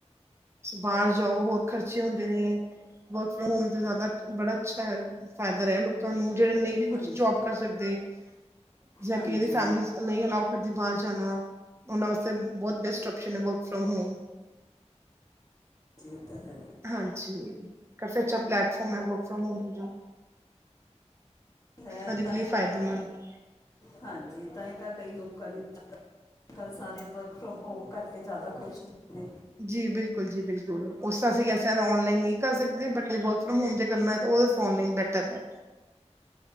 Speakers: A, on the right; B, on the left.
A: ਬਾਹਰ ਜਾਓ ਹੋਰ ਖਰਚੇ ਹੁੰਦੇ ਨੇ, ਵਰਕ ਫਰੋਮ ਹੋਮ ਤੇ ਜ਼ਿਆਦਾ, ਬੜਾ ਅੱਛਾ ਹੈ ਫਾਇਦਾ ਰਿਹਾ ਲੋਕਾਂ ਨੂੰ, ਜਿਹੜੇ ਨਈ ਵੀ
B: ਹਾਂਜੀ
A: ਕੁਛ ਜੋਬ ਕਰ ਸਕਦੇ ਜਾਂ
B: ਹਾਂਜੀ
A: ਕਿਸੇ ਦੀ ਫੈਮਲੀ ਨਈ ਅਲਾਓ ਕਰਦੀ ਬਾਹਰ ਜਾਣਾ, ਉਹਨਾਂ ਵਾਸਤੇ ਬਹੁਤ ਬੈਸਟ ਓਪਸ਼ਨ ਹੈ, ਵਰਕ ਫਰੋਮ ਹੋਮ।
B: ਜੀ, ਇਹ ਤਾ ਹੈ।
A: ਹਾਂਜੀ, ਕਾਫੀ ਅੱਛਾ ਪਲੈਟਫਾਰਮ ਹੈ ਵਰਕ ਫੋਮ ਹੋਮ
B: ਹੈ
A: ਹਰ ਇੱਕ
B: ਤਾਂ
A: ਲਈ
B: ਹੀ
A: ਫਾਇਦੇਮੰਦ
B: ਤਾਂ, ਹਾਂਜੀ, ਤਾਂ ਹੀ ਤਾਂ ਕਈ ਲੋਕ ਕਰਨੀ ਕਲ ਸਾਰੇ ਵਰਕ ਫਰੋਮ ਹੋਮ ਕਰਕੇ, ਜ਼ਿਆਦਾ ਖੁਸ਼ <inaudible>
A: ਜੀ ਬਿਲਕੁਲ ਜੀ ਬਿਲਕੁਲ, ਉਸਦਾ ਅਸੀਂ ਔਨਲਾਈਨ ਨਈ ਕਰ ਸਕਦੇ ਬਟ ਵ ਫਰੋਮ ਹੋਮ ਜੇ ਕਰਨਾ, ਤਾਂ ਉਹ ਆਨਲਾਈਨ ਬੈਟਰ ਹੈ।